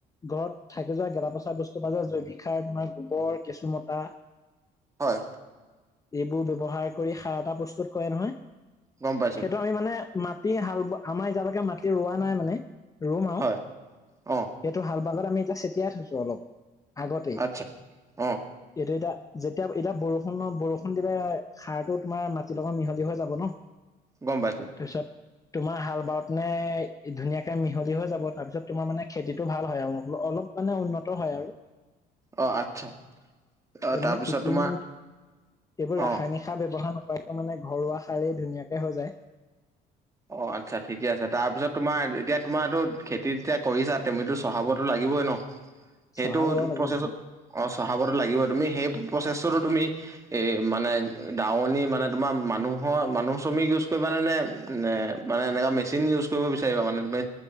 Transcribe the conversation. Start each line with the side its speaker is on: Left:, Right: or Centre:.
Left: ঘৰত থাকি যোৱা গেলা পচা বস্তু প যে জৈৱিক সাৰ তোমাৰ গোবৰ কেঁচু মতা।
Right: হয়।
Left: এইবোৰ ব্যৱহাৰ কৰি সাৰ এটা বস্তুত কৰে নহয়
Right: গম পাইছো
Left: সেইটো আমি মানে মাটি হাল ব আমাৰ এতিয়ালৈকে মাটি ৰোৱা নাই মানে ৰুম আও।
Right: হয় অ
Left: এইটো হাল বালত আমি এতিয়া চটিয়াই থৈছো অলপ আগতেই
Right: আচ্ছা অ
Left: এইটো এতিয়া। যেতিয়া এতিয়া বৰষুণ বৰষুণ দিলে সাৰটো তোমাৰ মাটিৰ লগত মিহলি হৈ যাব ন।
Right: গম পাইছো।
Left: তাৰপিছত তোমাৰ হাল বাৰত নে ধুনীয়াকে মিহলি হৈ যাব তাৰপিছত তোমাৰ মানে। খেতিটো ভাল হয় আৰু অলপ মানে উন্নত হয় আৰু।
Right: অ আচ্ছা। অ
Left: এই
Right: তাৰপিছত
Left: মানে কৃত্ৰিম
Right: তোমাৰ
Left: এইবোৰ ৰাসায়নিক
Right: অ
Left: সাৰ ব্যৱহাৰ নক- উপায়টো মানে ঘৰুৱা সাৰেই ধুনীয়াকে হৈ যায়।
Right: অ আচ্ছা ঠিকে আছে তাৰপিছত তোমাৰ এতিয়া তোমাৰো খেতি তেতিয়া কৰিছা তুমিতো চহাবতো লাগিবই ন। সেইটো
Left: চহা ল'ব লাগিব
Right: প্ৰচেছত অ চহাবতো লাগিব তুমি সেই প্ৰচেছটো তুমি এই মানে দাৱনী মানে তোমাৰ মানুহৰ মানুহ শ্ৰমিক ইউজ কৰিবা নেনে নে মানে এনেকা মেচিন ইউজ কৰিব বিচাৰিবা মানে। তুমি